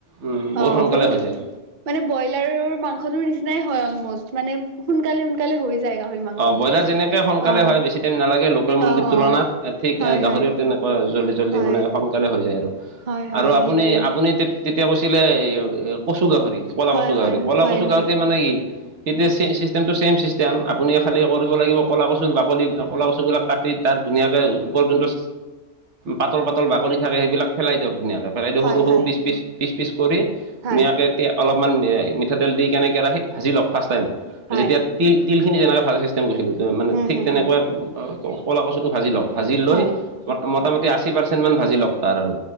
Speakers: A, on the right (about 70°); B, on the right (about 50°).
A: উম
B: অ
A: সোনকালে
B: বহুত
A: হৈ যায়
B: মানে ব্ৰইলাৰৰ মাংসটোৰ নিচিনাই হয় অলমষ্ট মানে সোনকালে সোনকালে হৈ যায় গাহৰি মাংসটো
A: অ ব্ৰইলাৰ যেনেকে সোনকালে
B: অ
A: হয় বেছি টাইম নালাগে লোকেল মুৰ্গীৰ
B: অ
A: তুলনাত
B: অ
A: ঠিক
B: হয়,
A: গাহৰিও
B: হয়,
A: তেনেকুৱা জল্দি জল্দি
B: হয়।
A: মানে সোনকালে হৈ যায় আৰু
B: হয়, হয়,
A: আৰু আপুনি
B: সেইটোৱে
A: আপুনি তে তেতিয়া কৈছিলে এ কচু গাহৰি কলা
B: হয়,
A: কচু গাহৰি
B: হয়,
A: কলা
B: হয়,
A: কচু
B: হয়,
A: গাহৰি মানে কি ইতিয়া <unintelligible> চিষ্টেমটো চেইম ছিষ্টেম আপুনি খালী কৰিব লাগিব ক'লা কচুৰ বাকলি কলা কচুবিলাক কাটি তাত ধুনীয়াকৈ ওপৰত যোনটো পাতল পাতল বাকলি থাকে সেইবিলাক পেলাই দিয়ক ধুনীয়াকে, <unintelligible> <unintelligible>
B: হয়,
A: সৰু সৰু
B: হয়,
A: পিচ পিচ পিচ পিচ কৰি
B: হয়।
A: ধুনীয়াকে তেতিয়া অলপমান মিঠাতেল দি কেনে কেৰাহীত ভাজি লওক ফাৰ্ষ্ট টাইম
B: হয়,
A: যেতিয়া তিল তিলখিনি যেনেকৈ ভাজি, গৈছিলো তেওঁ মানে
B: হুম,
A: ঠিক
B: হুম,
A: তেনেকৈ
B: হুম,
A: কলা কচুটো ভাজি লওক ভাজি লৈ,
B: হয়,
A: ম মোটামুটি আশী পাৰ্চেণ্ট মান ভাজি লওক তাৰ আৰু